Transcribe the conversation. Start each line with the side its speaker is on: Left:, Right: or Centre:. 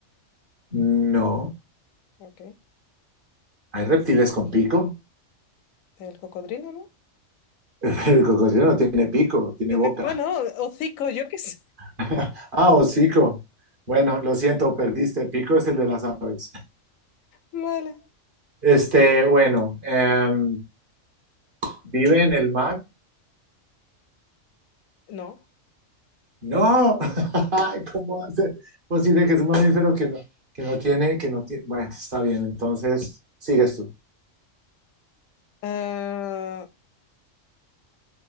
Right: No.
Left: Ok.
Right: ¿Hay reptiles con pico?
Left: El cocodrilo, ¿no?
Right: <laughs> el cocodrilo no tiene pico, tiene
Left: Tiene,
Right: boca.
Left: bueno, hocico, yo qué sé.
Right: <laughs> Ah, hocico. Bueno, lo siento, perdiste. Pico es el de las aves.
Left: <laughs> Vale.
Right: Este, bueno, em, ¿vive en el mar?
Left: No.
Right: No. <laughs> ¿Cómo hace posible que es un mamífero que no, que no tiene, que no tiene? Bueno, está bien, entonces sigues tú.
Left: Ah,